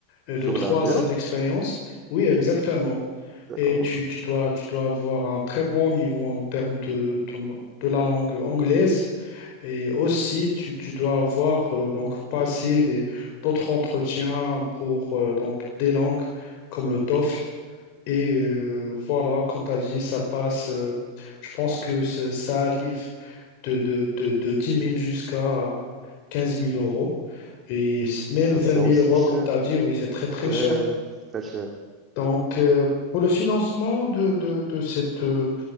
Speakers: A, on the left (about 55°); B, on the right (about 30°).
A: euh,
B: Sur
A: de 3
B: l'Amber,
A: à 7 expériences. Oui, exactement.
B: d'accord.
A: Et tu, tu dois, tu dois avoir un très bon niveau en termes de, de, de la langue anglaise. Et aussi, tu, tu dois avoir euh, donc passé des- d'autres entretiens pour euh, donc des langues comme le TOEFL. Et euh, voilà, comme tu as dit, ça passe. euh, je pense que ça ça arrive de, de, de, de 10 000 jusqu'à quinze mille euros. Et s- même
B: Euh,
A: vingt
B: C'est
A: mille
B: aussi
A: euros,
B: cher.
A: comme tu as dit, oui, c'est très très
B: Ouais,
A: cher.
B: c'est très cher,
A: Donc, euh, pour le financement de, de, de cette, euh,